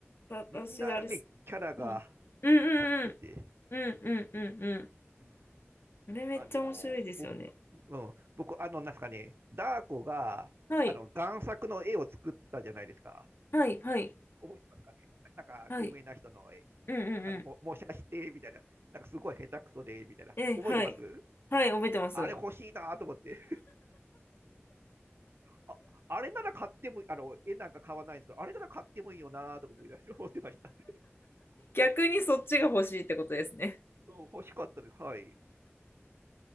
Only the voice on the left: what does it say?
私、
あれ、
うん、う
んうんうんうんうんうんうん。
あれめっちゃ面白いですよね。
はい
はいはい
はい。
うんうんうん。
え、
はい。はい、覚えてます。
逆にそっちが欲しいってことですね。